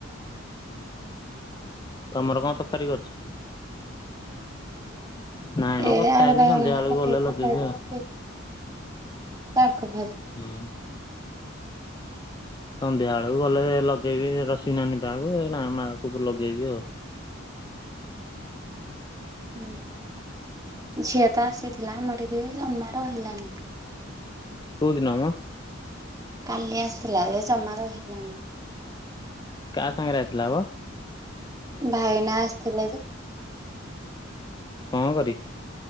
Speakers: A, on the left; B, on the right.
A: ତମର କଣ ତରକାରୀ କରିଚ? ନାଇଁ ମ
B: ଏ
A: କଥା
B: ଆଳୁ
A: ହେଇନି
B: ବାଇଗଣ
A: ସନ୍ଧ୍ୟା ବେଳକୁ
B: ପକେଇକି
A: ଗଲେ ଲଗେଇବି
B: ତରକାରି କରିଥିଲି
A: ଆଉ।
B: ତାଙ୍କ ପାଇଁ
A: ହୁଁ। ସନ୍ଧ୍ୟାବେଳକୁ ଗଲେ ଲଗେଇବି ରସି ନାନୀ ପାହାକୁ ନା ମାକୁ ଲଗେଇବି ଆଉ।
B: ହୁଁ ଝିଅ ତ ଆସିଥିଲା ଆମର ଟିକେ ଜମା ରହିଲାନି।
A: କଉ ଦିନମ?
B: କାଲି ଆସିଥିଲା ଏ ଜମା ରହିଲାନି।
A: କା ସାଙ୍ଗରେ ଆସିଲା ହୋ?
B: ଭାଇନା ଆସିଥିଲେ ଯେ।
A: କଣ କରି